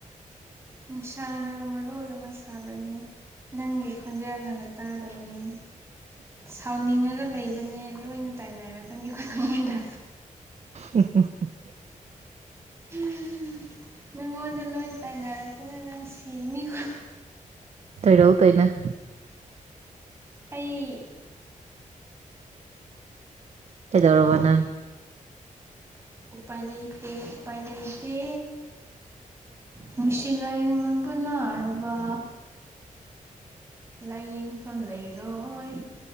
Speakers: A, on the right (about 20°); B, on the right (about 50°).
A: ꯅꯨꯡꯁꯥꯅꯒ ꯃꯔꯣꯜ ꯑꯃ ꯁꯥꯕꯅꯦ ꯅꯪꯗꯤ ꯈꯣꯟꯖꯦꯜꯅꯒ ꯇꯥꯗꯕꯅꯤ ꯁꯥꯎꯅꯤꯡꯉꯒ ꯂꯩꯕꯅꯦ ꯂꯣꯏꯅ ꯇꯥꯏꯅꯔꯛꯀꯅꯤ ꯈꯨꯗꯝ ꯑꯣꯏꯅ
B: ꯎꯝ ꯎꯝ ꯎ
A: ꯑ ꯅꯪꯉꯣꯟꯗ ꯂꯣꯏ ꯇꯥꯏꯅꯔꯛꯇꯨꯅ ꯅꯪ ꯁꯤꯅꯤꯀꯣ
B: ꯇꯩꯔꯧ ꯇꯩꯅ
A: ꯑꯩ
B: ꯀꯗꯧꯔꯕ ꯅ
A: ꯎꯄꯥꯏ ꯂꯩꯇ ꯎꯄꯥꯏ ꯂꯩꯇ ꯅꯨꯡꯁꯤ ꯂꯥꯏꯌꯦꯡꯅꯕꯨ ꯅꯥꯔꯕ ꯂꯥꯏꯌꯦꯡꯐꯝ ꯂꯩꯔꯣꯏ